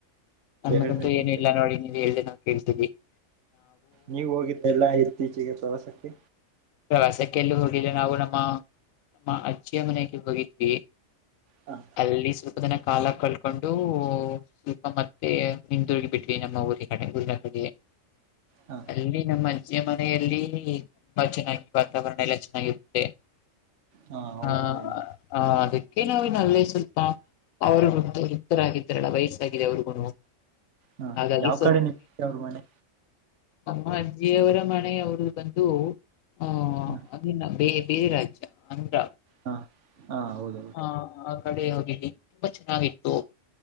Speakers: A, on the left; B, on the right.
A: ನಮ್ಮದಂತೂ
B: ಹೇಳ್ಬೇಕು
A: ಏನು
B: ನೀವೇ
A: ಇಲ್ಲ ನೋಡಿ ನೀವು ಹೇಳ ಕೆಳ್ತವಿ <inaudible>
B: ನೀವ ಹೋಗಿದ್ದ ಎಲ್ಲಾ ಇತ್ತೀಚೆಗೆ ಪ್ರವಾಸಕ್ಕೆ
A: ಪ್ರವಾಸಕ್ಕೆಲ್ಲ ಹೋಗಿಲ್ಲ ನಾವು ನಮ್ಮ ನಮ್ಮ ಅಜ್ಜಿಯ ಮನೆಗೆ ಹೋಗಿದ್ವಿ.
B: ಹಾ <inaudible>
A: ಅಲ್ಲಿ ಸ್ವಲ್ಪ ದಿನ ಕಾಲ ಕಳ್ಕೊಂಡು- ಸ್ವಲ್ಪ ಮತ್ತೆ ಹಿಂದರುಗಿ ಬಿಟ್ವಿ ನಮ್ಮ ಊರಿ ಕಡೆ ಗುರಿ ಕಿಗೆ <unintelligible>
B: ಹ
A: ಅಲ್ಲಿ ನಮ್ಮ ಅಜ್ಜಿ ಮನೆಯಲ್ಲಿ ತುಂಬಾ ಚೆನ್ನಾಗಿ ವಾತಾವರಣ ಎಲ್ಲಾ ಚೆನ್ನಾಗಿರುತ್ತೆ.
B: ಹಾ ಹೌದು
A: ಆಹ
B: ಹೇಳಿ
A: ಹಾ, ಅದಕ್ಕೆ ನಾವಿನಲ್ಲೇ ಸ್ವಲ್ಪ ಅವರು ವೃತ್ತರಾಗಿದ್ದ್ರಲ್ಲ ವಯಸ್ಸಾಗಿದೆ ಅವ್ರಿಗೂನು.
B: ಹಾ
A: ಹಾಗಾಗಿ
B: ಯಾವ್ ಕಡೆ ನಿಮ್ ಮುತ್ಯಾಅವ್ರ ಮನೆ.
A: ಅಮ್ಮ ಅಜ್ಜಿಯವರ ಮನೆೆಯವರು ಬಂದು ಹಾ
B: ಹ
A: ಅ ಬೇ ಬೇರೆ ರಾಜ್ಯ ಆಂದ್ರ
B: ಹಾ, ಹಾ ಹೌದ
A: ಹಾ ಆಕಡೆ ಹೋಗಲಿ ತುಂಬಾ ಚೆನ್ನಾಗಿತ್ತು.